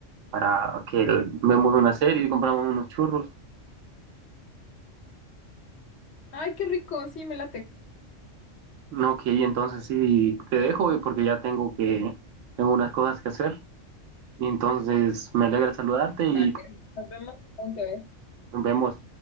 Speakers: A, on the right (about 80°); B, on the left (about 60°).
A: para que vemos una serie y compramos unos churros.
B: Ay, qué rico, sí, me late.
A: No, ok, entonces sí, te dejo eh, porque ya tengo que, tengo unas cosas que hacer. Entonces, me alegra saludarte y
B: Vale, nos vemos pronto, ¿eh?
A: nos vemos.